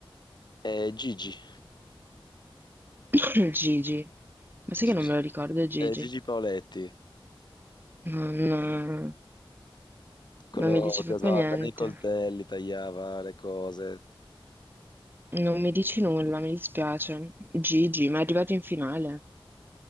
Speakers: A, on the left; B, on the right.
A: eh, Gigi,
B: <coughs> <clears throat> Gigi. Ma sai
A: Gigi,
B: che non me lo ricordo, Gigi?
A: eh, Gigi Paoletti,
B: Non,
A: quello
B: Non mi dice
A: che
B: proprio
A: usava
B: niente.
A: bene i coltelli, tagliava le cose.
B: Non mi dici nulla, mi dispiace. Gigi, ma è arrivato in finale.